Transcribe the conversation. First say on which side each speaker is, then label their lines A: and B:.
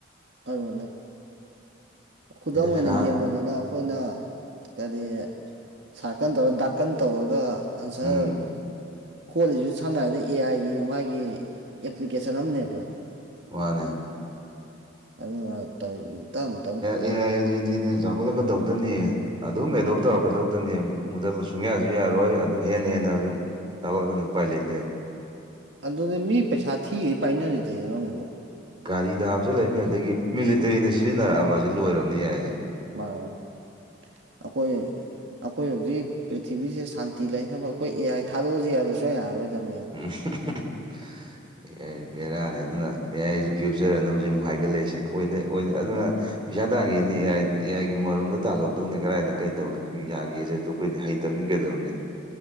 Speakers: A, on the right; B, on the right.
A: ꯑꯗꯨꯅꯦꯦ ꯈꯨꯗꯥꯗꯝ
B: ꯏꯟꯇꯔꯅꯦꯠ
A: ꯃ ꯑꯣꯏꯅ
B: ꯑꯍꯥꯟ
A: ꯀ ꯌꯦꯡ ꯃꯣ ꯗꯗꯥ ꯑꯩꯈꯣꯏꯅ ꯀꯔꯤ ꯁꯥꯔꯀꯟ ꯇꯧꯔ ꯗꯥꯀꯟ ꯇꯧꯔꯒ ꯑꯟꯁꯔ
B: ꯎꯝ
A: ꯈꯣꯜꯂꯤꯁꯤ ꯁꯝꯅ ꯍꯥꯏꯔꯕꯗ ꯑꯦ ꯑꯥꯏꯒꯤ ꯃꯥꯒꯤ ꯑꯦꯄ꯭ꯂꯤꯀꯦꯁꯟ ꯑꯃꯅꯦꯕ
B: ꯋꯥꯅꯦ
A: ꯑꯗꯨꯅ ꯇ ꯇ
B: ꯑꯦ ꯑꯦꯗꯤꯅꯦ ꯍꯧꯈꯠꯂꯛꯀꯗꯧꯗꯅꯤ ꯑꯗꯨꯝ ꯑꯦꯗꯣꯞ
A: ꯃꯥꯅꯤ
B: ꯇꯧꯔꯛꯀꯗꯧꯗꯅꯤ ꯃꯨꯗ ꯁꯨꯡꯌꯥꯁꯨ
A: ꯎꯝ
B: ꯌꯥꯔꯣꯏ ꯑꯗꯨꯝ ꯍꯦꯟꯅ ꯍꯦꯟꯅ ꯑꯗꯨꯝ ꯊꯒꯠꯂꯒꯅꯤ ꯎꯄꯥꯏ ꯂꯩꯇꯦ
A: ꯑꯗꯨꯗꯤ ꯃꯤ ꯄꯩꯁꯥ ꯊꯤꯈꯩ ꯄꯥꯏꯅꯔꯤꯗꯦ ꯅꯪꯕꯨꯣ
B: ꯒꯥꯔꯤꯗ ꯍꯥꯞꯆꯤꯜꯂꯛꯏꯃꯤ ꯑꯗꯒꯤ ꯃꯤꯂꯤꯇꯔꯤꯅ ꯁꯤꯖꯤꯟꯅꯔꯛꯑꯕꯕꯁꯤ ꯂꯣꯏꯔꯕꯅꯤ ꯍꯥꯏꯏꯁꯦ
A: ꯑꯩꯈꯣꯏ ꯑꯩꯈꯣꯏ ꯍꯧꯖꯤꯛ ꯄ꯭ꯔꯤꯊꯤꯕꯤꯁꯤꯦ ꯁꯥꯟꯇꯤ ꯂꯩꯅ ꯊꯕ ꯑꯩꯈꯣꯏ ꯑꯦꯌꯥꯥꯏ ꯊꯥꯗꯣꯛꯎꯁꯤ ꯍꯥꯏꯗꯁꯨ ꯑ ꯌꯥꯔꯣꯏꯗꯕꯅꯦꯕ
B: <unintelligible> ꯑꯦ ꯕꯦꯔꯥꯅꯤ ꯑꯗꯨꯅ ꯑꯦ ꯑꯩꯁꯨ ꯐ꯭ꯌꯨꯆꯔꯅ ꯍꯧꯖꯤꯛ ꯑꯃꯨꯛ ꯍꯥꯏꯒꯠꯂꯛꯏꯁꯦ ꯑꯗꯨꯅ ꯄꯩꯁꯥ ꯇꯥꯒꯦꯗꯤꯥꯏ ꯑꯦ ꯑꯥꯏꯒꯤ ꯃꯔꯨꯝꯗ ꯇꯥꯜꯍꯧꯗꯧꯅꯦ ꯀꯗꯥꯏꯗ ꯀꯩꯗꯧ ꯌꯥꯒꯦꯛ ꯑꯩꯈꯣꯏꯗꯤ ꯍꯩ ꯇꯝꯃꯤꯟꯈꯗꯕꯅꯦ